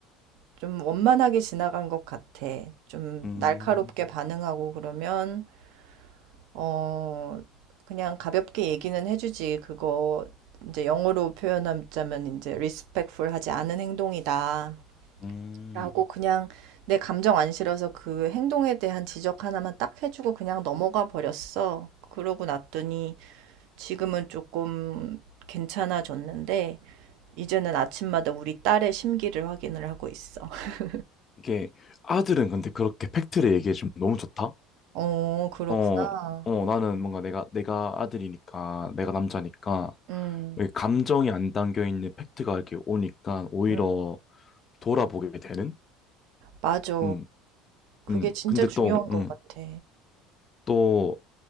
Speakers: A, on the right; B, on the left.
A: 좀 원만하게 지나간 것 같아. 좀
B: 음,
A: 날카롭게 반응하고 그러면, 어, 그냥 가볍게 얘기는 해주지. 그거 이제 영어로 표현하자면 이제 respectful 하지 않은 행동이다.
B: 음.
A: 라고 그냥 내 감정 안 실어서 그 행동에 대한 지적 하나만 딱 해주고 그냥 넘어가 버렸어. 그러고 났더니 지금은 조금 괜찮아졌는데, 이제는 아침마다 우리 딸의 심기를 확인을 하고 있어. <laughs>
B: 이게 아들은 근데 그렇게 팩트를 얘기해주면 너무 좋다?
A: 어, 그렇구나.
B: 어, 어, 나는 뭔가 내가, 내가 아들이니까, 내가 남자니까,
A: 음,
B: 여기 감정이 안 담겨 있는 팩트가 이렇게 오니까 오히려
A: 음,
B: 돌아보게 되는?
A: 맞아.
B: 음,
A: 그게
B: 음.
A: 진짜
B: 근데
A: 중요한
B: 또,
A: 것
B: 음,
A: 같아.
B: 또,